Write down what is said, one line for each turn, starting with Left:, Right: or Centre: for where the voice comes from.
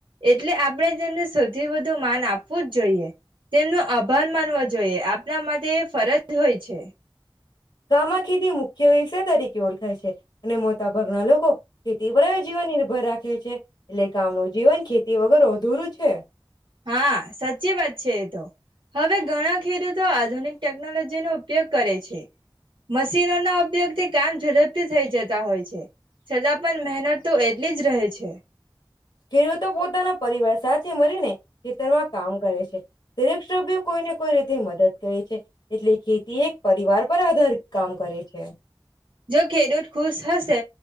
Right: એટલે આપડે જેમને સ તે વધુ માન આપવું જ જોઈએ. તેમનો આભાર માનવો જોઈએ, આપણા માટે એ ફરજ હોય છે.
Left: ગામ માં ખેતી મુખ્ય વ્યવસાય તરીકે ઓળખાય છે અને મોટા ભાગના લોકો ખેતી ઉપર જ જીવન નિર્ભર રાખે <unintelligible> એટલે ગામ નું જીવન ખેતી વગેર અધૂરું છે
Right: હા સાચી વાત છે એ તો હવે ઘણા ખેડૂતો આધુનિક ટેકનોલોજીનોો ઉપયોગ કરે છે મશીનો ના ઉપયોગથી કામ ઝડપથી થઈ જતા હોય છે છતાં પણ મહેનત તો એટલી જ રહે છે
Left: ખેડૂતો પોતાના પરિવાર સાથે મળરી ને ખેતરમાં કામ કરે છે દરેક સભ્ય કોઈને કોઈ રીતે મદદ તો એ છે એટલે ખેતી એક પરિવાર પર આધારિત કામ. કરે છે
Right: જો ખેડૂત ખુશ હશે